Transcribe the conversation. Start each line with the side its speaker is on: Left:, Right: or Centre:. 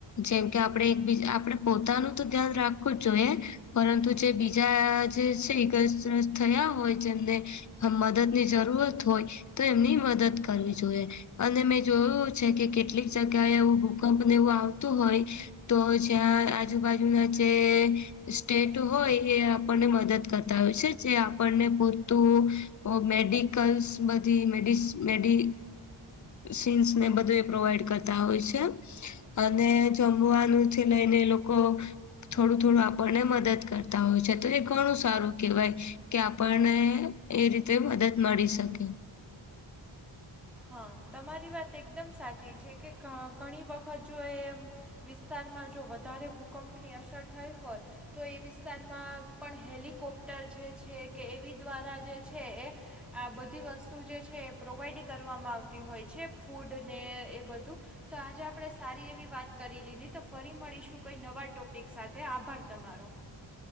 Left: જેમ કે આપણે એક બીજા આપણે પોતાનું તો ધ્યાન રાખવું જ જોઈએ. પરંતુ જે બીજા જે છે ઈજાગ્રસ્ત થયા હોય જેમને અહ મદદની જરૂરત હોય, તો એમની મદદ કરવી જોઈએ. અને મેં જોયું છે કે કેટલીક જગ્યાએ એવું ભૂકંપને એવું આવતું હોય તો જ્યાં આજુબાજુના જે સ્ટેટ હોય એ આપણને મદદ કરતા હોય છે. જે આપણને પુરતું મેડિકલ્સ બધી મેડિસ મેડિ સીન્સ ને એ બધું એ પ્રોવાઈડ કરતા હોય છે. અને જમવાનું થી લઈને લોકો થોડું-થોડું આપણને મદદ કરતા હોય છે. તો એ ઘણું સારું કહેવાય. કે આપણને એ રીતે મદદ મળી શકે.
Centre: હા. તમારી વાત એકદમ સાચી છે કે ઘ ઘણી વખત જો એમ વિસ્તારમાં જો વધારે ભૂકંપની અસર થઈ હોય તો ઈ વિસ્તારમાં પણ હેલિકોપ્ટર જે છે કે એવી દ્વારા જે છે એ આ બધી વસ્તુ જે છે એ પ્રોવાઈડ કરવામાં આવતી હોય છે, ફૂડ ને એ બધું. તો આજે આપણે સારી એવી વાત કરી લીધી. તો ફરી મળીશું કોઈ નવા ટોપિક સાથે. આભાર તમારો.